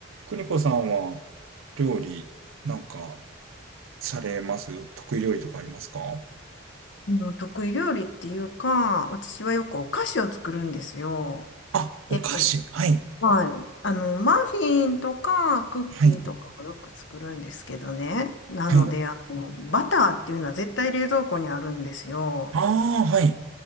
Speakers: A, on the right; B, on the left.
A: 邦子さんは料理なんかされます得意料理とかありますか
B: あの、得意料理っていうか、私はよくお菓子を作るんですよ。
A: あ、お菓子。
B: で、
A: はい。
B: はい。あの、マフィンとかクッキーとかをよく作るんですけどね。
A: はい。
B: なので、
A: はい。
B: あの、バターっていうのは絶対冷蔵庫にあるんですよ。
A: ああ、はい。